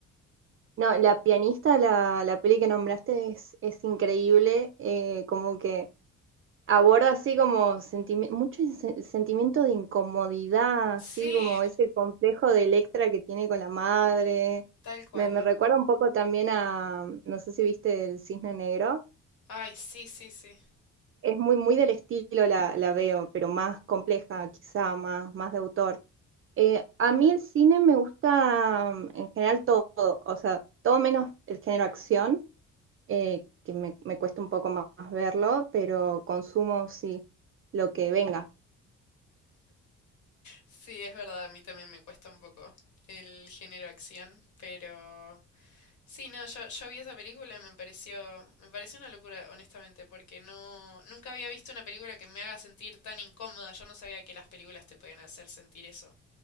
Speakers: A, on the right; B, on the left.
A: No, La pianista, la, la peli que nombraste es, es increíble, eh, como que aborda así como sentimi- mucho sen- sentimiento de incomodidad,
B: Sí,
A: así como ese complejo de Electra que tiene con la madre.
B: tal cual.
A: Me, me recuerda un poco también a, no sé si viste El Cisne Negro.
B: Ay, sí, sí, sí.
A: es muy, muy del estilo la, la veo, pero más compleja, quizá, más, más de autor. Eh, a mí el cine me gusta mm, en general todo, o sea, todo menos el género acción, eh, que me, me cuesta un poco más, más verlo, pero consumo sí lo que venga.
B: Sí, es verdad, a mí también me cuesta un poco el género acción, pero sí, no, yo, yo vi esa película y me pareció, me pareció una locura, honestamente, porque no, nunca había visto una película que me haga sentir tan incómoda. Yo no sabía que las películas te podían hacer sentir eso.